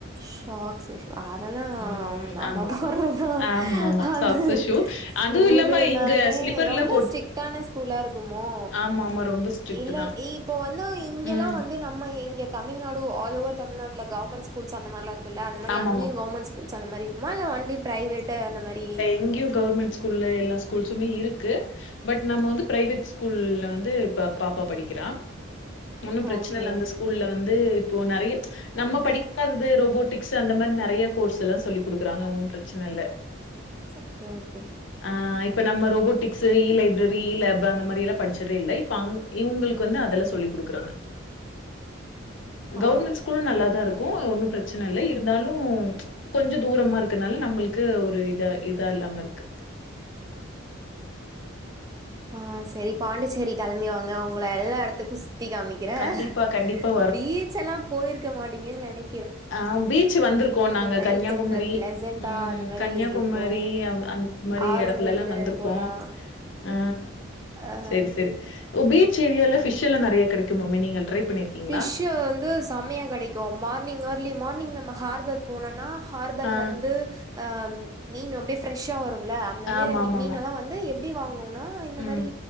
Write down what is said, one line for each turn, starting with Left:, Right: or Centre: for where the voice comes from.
Right: ஷாக்ஸ் ஷு அதலா
Left: ம்
Right: நம்ம
Left: ஆமா
Right: போறது
Left: ஆமா
Right: தா தா
Left: ஆமா ஆமா
Right: அது
Left: சாக்ஸு ஷூ
Right: ஸ்கூலனாலே
Left: அதுவு இல்லாம இங்க ஸ்லிப்பர்ல
Right: ரொம்ப
Left: போட்
Right: ஸ்ட்ரிட்டான ஸ்கூல்லா இருக்குமோ
Left: ஆமா ஆமா ரொம்ப ஸ்ட்ரிக்ட்
Right: இல்ல
Left: தா
Right: இப்போ வந்து இங்கல்லா
Left: ம்
Right: வந்து நம்ம இங்க தமில்நாடு ஆல் ஓவர் தமில்நாட்ல கவுர்மெண்ட் ஸ்கூல்சா அந்த மார்லா இருக் ல அந்த மாரி
Left: ஆமாமா
Right: அங்கியூ கவுமெண்ட்ஸூல்ஸ் அந்த மாரி இருக்குமால வண்டி பிரைவேட்டு அந்த மாரி
Left: இங்கியூ கவர்மெண்ட் ஸ்கூல் ஸ்கூல்ல எல்லா ஸ்கூல்ஸுமே இருக்கு பட் நம்ம வந்து பிரைவேட் ஸ்கூல்ல வந்து இப்ப பாப்பா படிக்கிறா ஒன்னும் பெரச்சனை
Right: ஓகே
Left: இல்ல அந்த
Right: ஓகே
Left: ஸ்கூல்ல வந்து இப்போ நெறைய நம்ம படிக்காதது ரோபோட் டிக்ஸ் அந்த மாரி நெறைய கோர்ஸ் எல்லா சொல்லி கொடுக்குறங்க ஒன்னும் பெரச்சனை இல்ல
Right: ஓகே ஓகே
Left: ஆ இப்ப நம்ம ரோபோட்டிக்ஸ் இ லைப்ரரி இ லேப் அந்த மாரி எல்லா படிச்சதே இல்ல இப்ப இவங்களுக்கு வந்து அதெல்லா சொல்லிக் கொடுக்குறாங்க
Right: ஆ
Left: கவர்மெண்ட் ஸ்கூலும் நல்லாதான் இருக்கும் ஒன்னும் பெரச் சனை இல்லை இருந்தாலும் கொஞ்சொ தூரமா இருக்கனால நம்ளுக்கு ஒரு இதா இதா இல்லாம இருக்கு
Right: ஆ செரி பாண்டிச்சேரி கிள்ம்பி வாங்க உங்கள எல்லா இடத்துக்கும் சுத்தி காமிக்கிறேன்
Left: கண்டிப்பா கண்டிப்பா
Right: வீ ச் செல்லாம் பொயிருக்க மாட்டீங்கன்னு நெனை
Left: அ பீச் வந்திருக்கோ நாங்க
Right: நைட்
Left: கன்னியாகுமரி
Right: டைம்ல பிளசன்டா
Left: ம்
Right: அந்த மாரி
Left: கன்னியாகுமரி
Right: இருக்கு
Left: மாரி
Right: ஆரோவில்லு
Left: எடத்துல்ல வந்துருக்கோ
Right: போலா
Left: ஆ
Right: அ
Left: செரி செரி பீச் ஏரியால பிஷ் எல்லா நெறைய கடைக்குமாமே நீங்க ட்ரை பண்ணிருக்கீங்களா
Right: பிஷ் வந்து செமையா கடைக்கும் மார்னிங் இயர்லி மார்னிங் நம்ம ஹார்பர் போனோனா ஹார்பர்ல
Left: ஆ
Right: இருந்து ஆ மீன் அப்டியே ஃப்ரெஷ்ஷா வரும்ல அந்த மாரி
Left: ஆமா ஆமா
Right: மீன்
Left: ஆமா
Right: எல்லாம் வந்து எப்டி வாங்கனும்னா இந்த
Left: ம்
Right: மாரி